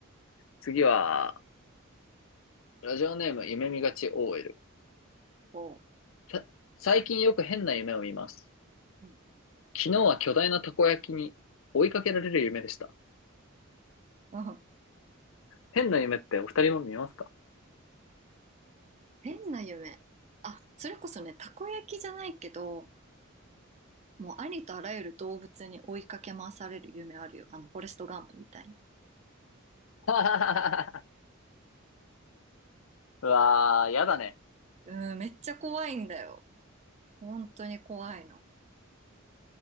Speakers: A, on the left; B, on the right.
A: 次は、ラジオネーム夢見がち OL。
B: おう。
A: さ、最近よく変な夢を見ます。
B: うん
A: 昨日は巨大なたこ焼きに追いかけられる夢でした。
B: うん
A: 変な夢ってお二人も見ますか
B: 変な夢。あ、それこそね、たこ焼きじゃないけど、もうありとあらゆる動物に追いかけ回される夢あるよ。あの、フォレストガンプみたいに。
A: <laughs> うわー、やだね。
B: うん、めっちゃ怖いんだよ。本当に怖いの。